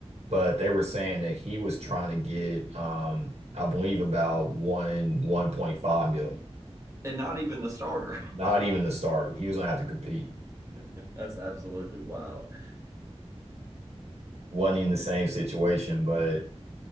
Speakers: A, on the right (about 70°); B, on the right (about 30°).
A: but they were saying that he was trying to get, um, I believe, about one 1.5 million.
B: And not even the starter.
A: Not even the starter. He was gonna have to compete.
B: <laughs> That's absolutely wild.
A: Wasn't even the same situation, but